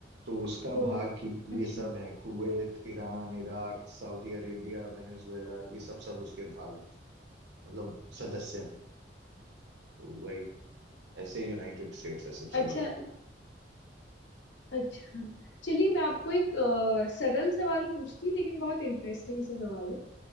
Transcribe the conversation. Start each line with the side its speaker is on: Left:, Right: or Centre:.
Right: तो उसका
Left: ओ
Right: भाग की
Left: अच्छा
Right: ये सब है Kuwait Iran Iraq Saudi Arabia Venezuela ये सब सब उसके भाग हैं मतलब सदस्य हैं तो वही ऐसे यूनाइटेड स्टेट्स है सबसे
Left: अच्छा
Right: बड़ा
Left: अच्छा चलिए मैं आपको एक अ, सरल सवाल पूछती लेकिन बहुत इंटरेस्टिंग सा सवाल है